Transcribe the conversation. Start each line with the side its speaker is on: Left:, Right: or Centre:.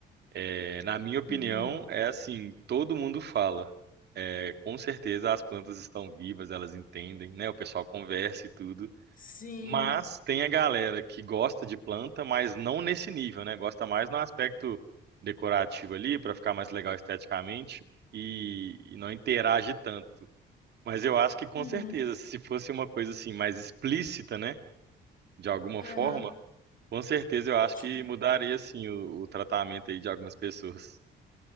Right: é, na minha opinião,
Left: Uhum.
Right: é assim, todo mundo fala. É, com certeza as plantas estão vivas, elas entendem, né? O pessoal conversa e tudo.
Left: Sim.
Right: Mas tem a galera que gosta de planta, mas não nesse nível, né? Gosta mais no aspecto decorativo ali, para ficar mais legal esteticamente. E, e não interage tanto. Mas eu acho que com
Left: Uhum.
Right: certeza, se fosse uma coisa assim mais explícita, né, de alguma
Left: Aham.
Right: forma, com certeza eu acho
Left: Tipo,
Right: que mudaria assim o, o tratamento aí de algumas pessoas.